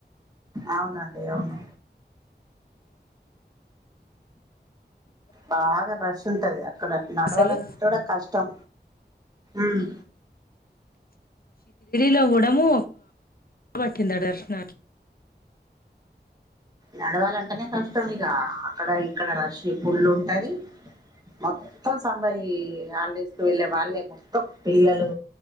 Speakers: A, on the right; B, on the left.
A: అవునండి అవును బాగా రష్ ఉంటది నడువాల
B: అసలు
A: కూడా కష్టం ఉమ్
B: లో కూడము ఆ కింద దర్శన
A: నడవాలంటేనే కష్టం ఇక అక్కడ ఇక్కడ రషీ పళ్ళు ఉంటది మొత్తం సంబరి హాలిడేస్ కు వెళ్ళే వాళ్ళే మొత్తం పిల్లలు